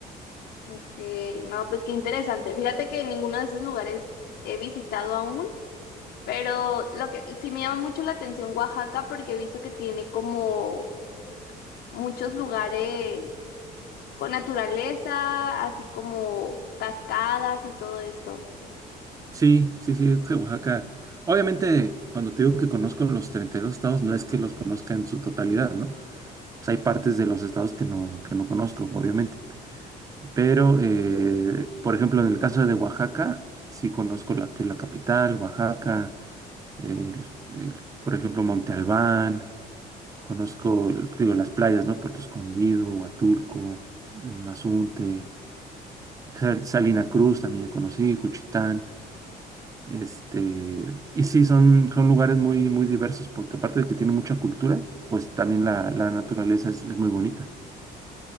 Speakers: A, on the left (about 70°); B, on the right (about 20°).
A: Ok, no, pues qué interesante. Fíjate que ninguno de esos lugares he visitado aún, pero lo que sí me llama mucho la atención Oaxaca porque he visto que tiene como muchos lugares con naturaleza, así como cascadas y todo esto.
B: Sí, sí, sí, es que Oaxaca, obviamente cuando te digo que conozco los 32 estados, no es que los conozca en su totalidad, ¿no? O sea, hay partes de los estados que no, que no conozco, obviamente. Pero, eh, por ejemplo, en el caso de Oaxaca, sí conozco la, que es la capital, Oaxaca, el- el, por ejemplo, Monte Albán, conozco, el- te digo, las playas, ¿no? Puerto Escondido, Huatulco, eh, Mazunte, Sal- Salina Cruz también ya conocí, Juchitán. Este, y sí, son, son lugares muy, muy diversos porque aparte de que tiene mucha cultura, pues también la, la naturaleza es, es muy bonita.